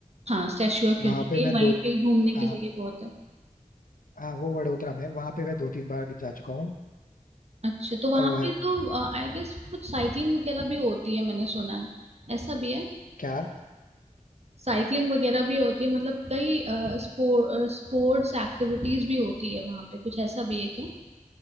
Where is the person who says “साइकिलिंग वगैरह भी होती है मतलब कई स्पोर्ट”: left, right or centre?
Right